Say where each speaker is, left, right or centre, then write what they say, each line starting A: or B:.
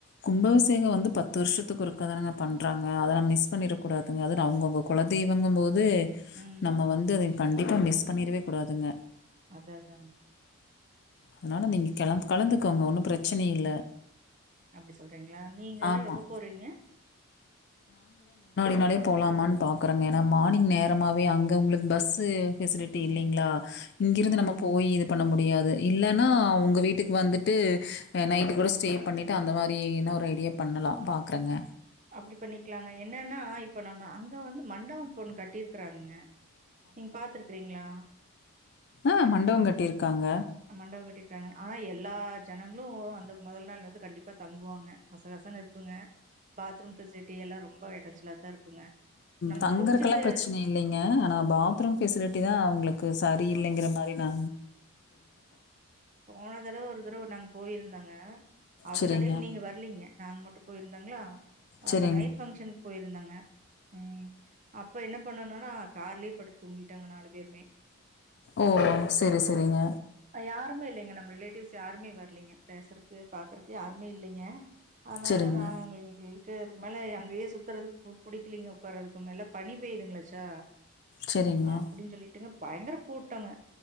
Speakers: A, on the left; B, on the right.
A: கும்பபிஷேகம் வந்து பத்து வருஷத்துக்கு ஒருக்கா தானேங்க பண்றாங்க அதை நான் மிஸ் பண்ணிடக்கூடாது அவங்கவங்க குலதெய்வங்கும் போது இது
B: ம்.
A: நம்ம வந்து அது கண்டிப்பா மிஸ் பண்ணிரவே கூடாதுங்க
B: அததாங்க
A: அதனால நீங்க கல கலந்துக்கோங்க ஒன்னும் பிரச்சன இல்ல
B: அப்படி சொல்றீங்களா நீங்க எல்லாம்
A: ஆமா.
B: எப்பே போறீங்க
A: முன்னாலே போகலாமான்னு பார்க்குறாங்க ஏன்னா மார்னிங் நேரமாகவே அங்கே உங்களுக்கு பஸ்சு பெசிலிட்டி இல்லைங்களா
B: ம். சரிங்க.
A: இங்கிருந்து நம்ம போய் இது பண்ண முடியாது இல்லன்னா உங்க வீட்டுக்கு வந்துட்டு நைட் கூட ஸ்டே பண்ணிட்டு அந்த மாதிரின ஒரு ஐடியா பண்ணலாம் பாக்குறேங்க
B: அப்டி பண்ணிக்கலாங்க என்னன்னா இப்ப நம்ம அங்க வந்து மண்டப இப்ப ஒண்ணு கட்டிருக்கறாங்க நீங்க பாத்துருக்குறீங்களா
A: ஆஹ் மண்டவோ கட்டிருக்காங்க
B: மண்டபம் கட்டிக்கிறாங்க ஆனா எல்லா ஜனங்களும் அந்த முதல் நாள் வந்து கண்டிப்பா தங்குவாங்க கசகசன்னு இருக்குங்க பாத்ரூம் பெசிலிட்டி எல்லா ரொம்ப <inaudible> நம்ம
A: தங்குறக்கெல்லாம்
B: குளிச்சுட்டு
A: பிரச்சனை இல்லைங்க ஆனா பாத்ரூம்
B: ம்
A: பெசிலிட்டி தான் அவங்களுக்கு சரி இல்லிங்கிற
B: ஆமாங்க
A: மாரி நா
B: போன தடவை ஒரு தடவை நாங்க போயிருந்தாங்க அந்த
A: சரிங்க,
B: டைம் நீங்க வரலீங்க நாங் மட்டும் போயிருந்தாங்களா
A: சரிங்க.
B: அந்த நைட் பங்க்ஷனு போயிருந்தங்க உஹம் அப்ப என்ன பண்ணனும்னா கார்லயே படுத் தூங்கிட்டோங்க நாலு பேருமே
A: ஓ செரி செரிங்க
B: யாருமே இல்லைங்க நம்ம ரிலேட்டிவ்ஸ் யாருமே வரலீங்க பேசுறக்கு பாக்குறக்கு யாருமே இல்லிங்க அதனால
A: சரிங்க,
B: நா இங்கங்கு அதுக்கு மேல அங்கயே சுத்துறதுக்கு புடிக்கலிங்க உட்காறதுக்கு மேல பணி பெயுங்களாச்சா
A: சரிங்க.
B: ஆப்டின்னு சொல்லிட் ட்டுங்க பயங்கர கூட்டங்க